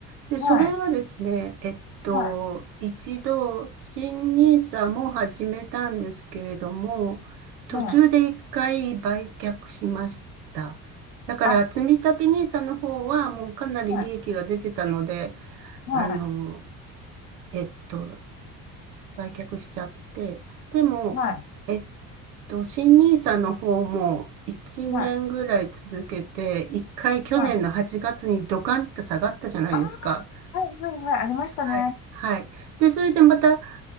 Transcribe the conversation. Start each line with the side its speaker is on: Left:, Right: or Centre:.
Right: で、それはですね、
Left: はい。
Right: えっと、
Left: はい。
Right: 一度、新ニーサも始めたんですけれども、途中で一回売却しました。
Left: はい。
Right: だから、
Left: あ、
Right: 積み立てニーサの方はもうかなり利益が出てたので、
Left: はい。はい。
Right: あの、えっと、売却しちゃって、でも、
Left: はい。
Right: えっと、新ニーサの方も1年ぐらい続けて、
Left: はい。
Right: 1回去年の8月にドカンと下がったじゃないですか。
Left: はい。あ、はい。はい。はい。ありましたね。
Right: はい。はい。で、それでまた、